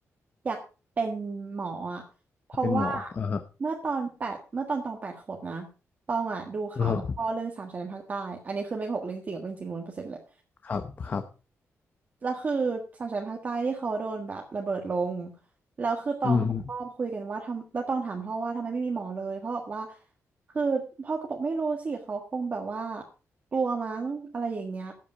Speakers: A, on the right; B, on the left.
A: อยากเป็นหมออ่ะเพราะว่า
B: เป็นหมออ่าฮะ
A: เมื่อตอนแปดเมื่อตอนตองแปดขวบนะตองอ่ะดูข่าวกับพ่อเรื่องสามชายแดนภาคใต้อันนี้คือไม่โกหกเรื่องจริงกับเรื่องจริงล้วนเปอร์เซ็นต์เลย
B: อ่าฮะครับครับ
A: แล้วคือสามชันภาคใต้ที่เขาโดนแบบระเบิดลงแล้วคือตองกับพ่อคุยกันว่าทำแล้วตองถามพ่อว่าทำไมไม่มีหมอเลยพ่อบอกว่า
B: อืม
A: คือพ่อก็บอกไม่รู้สิเขาคงแบบว่ากลัวมั้งอะไรอย่างเงี้ย